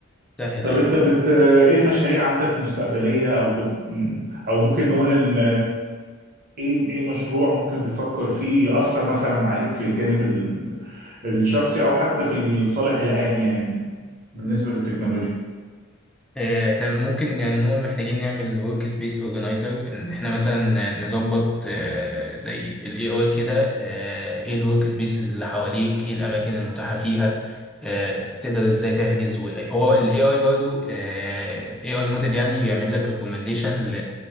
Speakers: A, in the centre; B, on the right.
A: بتسهل
B: طب
A: ايوه
B: انت بت ايه مشاريع عندك مستقبليه او بت... او ممكن نقول ان ايه ايه مشروع ممكن بتفكر فيه يأثر مثلا عليك في الجانب ال- الشخصي او حتى في الصالح العام يعني بالنسبة للتكنولوجيا
A: آه، احنا ممكن يعني نقول محتاجين نعمل ورك سبيس اورجانيزر ان احنا مثلا نظبط آه، زي بالاي اي كده آه، ايه الورك سبيسز اللي حواليك ايه الاماكن المتاحه فيها آه، تقدر ازاي تحجز و- هو الاي اي برضو اي اي موديل يعني يعمل لك ريكومنديشن